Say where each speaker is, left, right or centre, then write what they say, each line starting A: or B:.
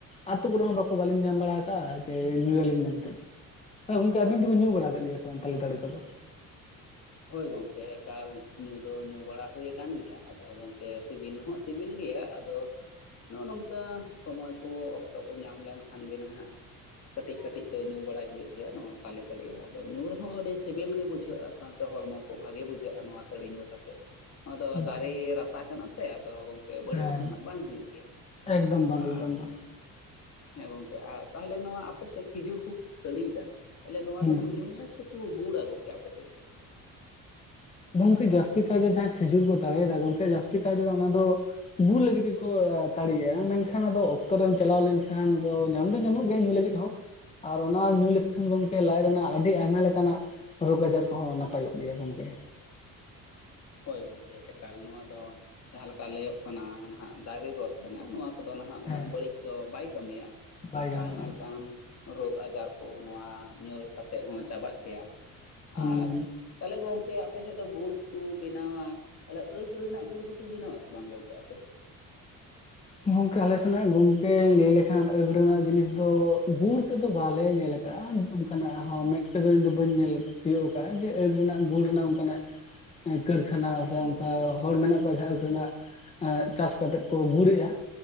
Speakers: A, on the left; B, on the left.
A: ᱟᱛᱳ ᱠᱚᱨᱮ ᱦᱚᱸ ᱵᱟᱠᱚ ᱵᱟᱞᱤᱧ ᱧᱟᱢ ᱵᱟᱲᱟ ᱟᱠᱟᱫ-ᱟ ᱡᱮ ᱧᱩᱭᱟᱞᱤᱧ ᱢᱮᱱᱛᱮᱫ ᱜᱚᱢᱠᱮ ᱟᱵᱤᱱ ᱫᱚᱵᱤᱱ ᱧᱩ ᱵᱟᱲᱟ ᱟᱠᱟᱜ ᱜᱮᱭᱟ ᱥᱮ ᱵᱟᱝ ᱛᱟᱞᱮ ᱛᱟᱹᱲᱤ ᱠᱚᱫᱚ
B: ᱦᱳᱭ ᱜᱚᱢᱠᱮ ᱮᱠᱟᱞ ᱧᱩ ᱫᱚ ᱧᱩ ᱵᱟᱲᱟ ᱦᱩᱭ ᱟᱠᱟᱱ ᱜᱮᱭᱟ ᱟᱫᱚ ᱜᱚᱢᱠᱮ ᱥᱤᱵᱤᱞ ᱦᱚᱸ ᱥᱤᱵᱤᱞ ᱜᱮᱭᱟ ᱟᱫᱚ, ᱱᱚᱜ-ᱚ ᱱᱚᱝᱠᱟ ᱥᱚᱢᱚᱭ ᱠᱚ ᱚᱠᱛᱚ ᱠᱚ ᱧᱟᱢ ᱞᱮᱱᱠᱷᱟᱱ ᱜᱮ ᱱᱟᱦᱟᱜ ᱠᱟᱹᱴᱤᱡ ᱠᱟᱹᱴᱤᱡ ᱫᱚ ᱧᱩ ᱵᱟᱲᱟᱭ ᱦᱩᱭᱩᱜ ᱜᱮᱭᱟ ᱱᱚᱣᱟ ᱛᱟᱞᱮ ᱛᱟᱹᱲᱤ ᱟᱫᱚ ᱧᱩ ᱨᱮᱦᱚᱸ ᱟᱹᱰᱤ ᱥᱤᱵᱤᱞ ᱜᱮ ᱵᱩᱡᱷᱟᱹᱜ-ᱟ ᱥᱟᱶ ᱛᱮ ᱦᱚᱲᱢᱚ ᱠᱚ ᱵᱷᱟᱜᱮ ᱵᱩᱡᱷᱟᱹᱜ-ᱟ ᱱᱚᱣᱟ ᱛᱟᱹᱲᱤ ᱧᱩ ᱠᱟᱛᱮ ᱱᱚᱣᱟ ᱫᱚ
A: ᱟᱪᱪᱷᱟ
B: ᱫᱟᱨᱮ ᱨᱟᱥᱟ ᱠᱟᱱᱟ ᱥᱮ ᱟᱫᱚ ᱜᱚᱝ ᱵᱟᱹᱲᱤᱡ
A: ᱦᱮᱸ
B: ᱫᱚ ᱱᱟᱦᱟᱜ ᱵᱟᱝ ᱦᱩᱭᱩᱜ ᱜᱮᱭᱟ
A: ᱮᱠᱫᱚᱢ ᱵᱟᱝ
B: ᱟᱨ
A: ᱮᱠᱫᱚᱢ ᱵᱟᱝ
B: ᱦᱮᱸ ᱜᱚᱝᱠᱮ ᱟᱨ ᱛᱟᱦᱚᱞᱮ ᱱᱚᱣᱟ ᱟᱯᱮᱥᱮᱫ ᱠᱷᱤᱡᱩᱨ ᱠᱚ ᱛᱟᱹᱲᱤᱭᱮᱫᱟ ᱛᱟᱦᱚᱞᱮ ᱱᱚᱣᱟ
A: ᱦᱩᱸ
B: ᱫᱚᱠᱚ ᱧᱩᱭᱟ ᱥᱮ ᱩ ᱜᱩᱲᱟ ᱜᱚᱝᱠᱮ ᱟᱯᱮᱥᱮᱫ ᱫᱚ
A: ᱜᱚᱝᱠᱮ ᱡᱟᱹᱥᱛᱤ ᱠᱟᱭᱛᱮ ᱡᱟᱦᱟᱸ ᱠᱷᱤᱡᱩᱨ ᱠᱚ ᱫᱟᱲᱮᱭᱟᱫᱟ ᱜᱚᱝᱠᱮ ᱡᱟᱹᱥᱛᱤ ᱠᱟᱭ ᱛᱮᱫᱚ ᱚᱱᱟ ᱫᱚ ᱜᱩᱲ ᱞᱟᱹᱜᱤᱫ ᱜᱮᱠᱚ ᱛᱟᱹᱲᱤᱜ-ᱟ ᱢᱮᱱᱠᱷᱟᱱ ᱟᱫᱚ ᱚᱠᱛᱚ ᱨᱮᱢ ᱪᱟᱞᱟᱣ ᱞᱮᱱᱠᱷᱟᱱ ᱧᱟᱢ ᱫᱚ ᱧᱟᱢᱚᱜ ᱜᱮ ᱧᱩ ᱞᱟᱹᱜᱤᱫ ᱦᱚᱸ ᱟᱨ ᱚᱱᱟ ᱧᱩ ᱞᱮᱠᱷᱟᱱ ᱜᱚᱢᱠᱮ ᱞᱟᱡ ᱨᱮᱱᱟᱜ ᱟᱹᱰᱤ ᱟᱭᱢᱟ ᱞᱮᱠᱟᱱᱟᱜ ᱨᱳᱜᱽ ᱟᱡᱟᱨ ᱠᱚᱦᱚᱸ ᱱᱟᱯ ᱱᱟᱯᱟᱭᱚᱜ ᱜᱮᱭᱟ ᱜᱚᱢᱠᱮ
B: ᱦᱳᱭ ᱜᱚᱢᱠᱮ ᱮᱠᱟᱞ ᱱᱚᱣᱟ ᱫᱚ ᱡᱟᱦᱟᱸᱮ ᱞᱮᱠᱟ ᱞᱟᱹᱭᱚᱜ ᱠᱟᱱᱟ ᱱᱟᱦᱟᱜ ᱫᱟᱨᱮ ᱨᱚᱥ ᱠᱟᱱᱟ ᱱᱚᱣᱟ ᱠᱚ ᱠᱚᱫᱚ ᱱᱟᱦᱟᱜ ᱩᱱᱟᱹᱜ
A: ᱦᱮᱸ
B: ᱵᱟᱹᱲᱤᱡ ᱫᱚ ᱵᱟᱭ ᱠᱟᱹᱢᱤᱭᱟ
A: ᱵᱟᱭ
B: ᱮᱠᱟ
A: ᱜᱟᱱᱚᱜᱼᱟ
B: ᱟᱭᱢᱟ ᱞᱮᱠᱟᱱ ᱨᱳᱜᱽ ᱟᱡᱟᱨ ᱠᱚ ᱱᱚᱣᱟ ᱧᱩ ᱠᱟᱛᱮᱫ ᱦᱚᱸ ᱪᱟᱵᱟᱜ ᱜᱮᱭᱟ
A: ᱦᱩᱸ
B: ᱟᱨ ᱛᱟᱦᱚᱞᱮ ᱜᱚᱝᱠᱮ ᱟᱯᱮᱥᱮᱫ ᱫᱚ ᱜᱩᱲ ᱠᱚ ᱵᱮᱱᱟᱣᱟ ᱛᱟᱦᱚᱞᱮ ᱟᱹᱠ ᱨᱮᱱᱟᱜ ᱜᱩᱲ ᱫᱚᱠᱚ ᱵᱮᱱᱟᱣᱟ ᱥᱮ ᱵᱟᱝ ᱜᱚᱝᱠᱮ ᱟᱯᱮ ᱥᱮᱫ?
A: ᱜᱚᱝᱠᱮ ᱟᱞᱮ ᱥᱮᱱᱟᱜ ᱜᱚᱝᱠᱮ ᱞᱟᱹᱭ ᱞᱮᱠᱷᱟᱱ ᱟᱹᱜ ᱨᱮᱱᱟᱜ ᱡᱤᱱᱤᱥ ᱫᱚ ᱜᱩᱲ ᱛᱮᱫᱚ ᱵᱟᱞᱮ ᱧᱮᱞ ᱟᱸ ᱚᱱᱠᱟᱱᱟᱜ ᱦᱚᱸ ᱢᱮᱫ ᱛᱮᱫᱚ ᱤᱧ ᱫᱚ ᱵᱟᱹᱧ ᱧᱮᱞ ᱛᱤᱭᱳᱜ ᱠᱟᱜ-ᱟ ᱡᱮ ᱟᱹᱜ ᱨᱮᱱᱟᱜ ᱜᱩᱲ ᱨᱮᱱᱟᱜ ᱚᱱᱠᱟᱱᱟᱜ ᱠᱟᱹᱨᱠᱷᱟᱱᱟ ᱥᱮ ᱚᱱᱠᱟ ᱦᱚᱲ ᱢᱮᱱᱟᱜ ᱠᱚᱣᱟ ᱡᱟᱦᱟᱸ ᱟᱹᱠ ᱨᱮᱱᱟᱜ ᱮᱸ ᱪᱟᱥ ᱠᱟᱛᱮᱜ ᱠᱚ ᱜᱩᱲᱮᱡᱜ-ᱟ